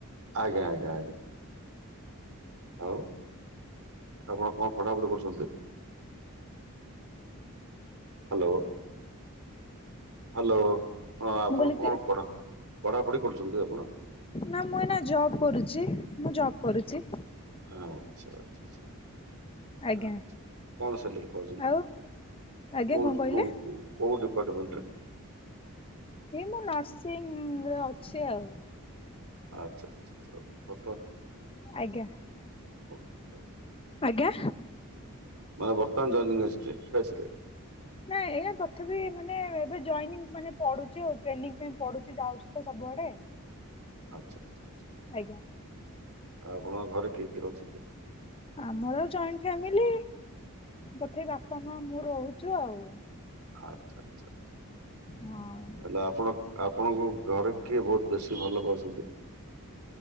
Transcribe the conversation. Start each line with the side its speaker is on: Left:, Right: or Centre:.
Right: ଆଜ୍ଞା ଆଜ୍ଞା ଆଜ୍ଞା। ଆଉ ଆପଣ କଣ ପଢ଼ାପଢ଼ି କରୁଚନ୍ତି? ହ୍ୟାଲୋ ହ୍ୟାଲୋ ହଁ ଆପଣ
Left: ମୁଁ କହିଲି
Right: କଣ
Left: କି
Right: ପଢା଼ ପଢ଼ାପଢି କରୁଛନ୍ତି ଆପଣ।
Left: ନା ମୁଁ ଏଇନା ଜବ୍ କରୁଛି ମୁଁ ଜବ୍ କରୁଛି।
Right: ଆଚ୍ଛା ଆଚ୍ଛା
Left: ଆଜ୍ଞା
Right: ଆଚ୍ଛା କଣ ସାଲେରୀ ପାଉଛନ୍ତି?
Left: ଆଉ ଆଜ୍ଞା
Right: କୋଉ
Left: କଣ କହିଲେ?
Right: କୋଉ କୋଉ ଡିପାର୍ଟମେଣ୍ଟ ରେ?
Left: ଏଇ ମୁଁ ନର୍ସିଂ ରେ ଅଛି ଆଉ।
Right: ଆଚ୍ଛା ଆଚ୍ଛା ହଉ
Left: ଆଜ୍ଞା।
Right: <unintelligible>
Left: ଆଜ୍ଞା।
Right: ମାନେ ବର୍ତ୍ତମାନ ଜଇନିଙ୍ଗ୍ ଆସିଛି <unintelligible>
Left: ନାଇଁ ଏଇନେ ତଥାପି ମାନେ ଏବେ ଜଇନିଙ୍ଗ୍ ମାନେ ପଢୁଛି ଆଉ ଟ୍ରେନିଂ ପାଇଁ ପଢୁଛି ଯାଉଛି ତ ସବୁଆଡ଼େ।
Right: ଆଚ୍ଛା ଆଚ୍ଛା ଆଚ୍ଛା।
Left: ଆଜ୍ଞା।
Right: ଆଉ ଆପଣଙ୍କ ଘରେ କିଏ କିଏ ରହୁଛନ୍ତି?
Left: ଆମର ଜଏଣ୍ଟ୍ ଫ୍ୟାମିଲି ତଥାପି <unintelligible> ବାପା, ମା, ମୁଁ ରହୁଛୁ ଆଉ।
Right: ଆଚ୍ଛା ଆଚ୍ଛା।
Left: ହଁ
Right: ହେଲା ଆପଣ ଆପଣଙ୍କ ଘରେ କିଏ ବହୁତ ବେଶୀ ଭଲ ପାଉଚନ୍ତି?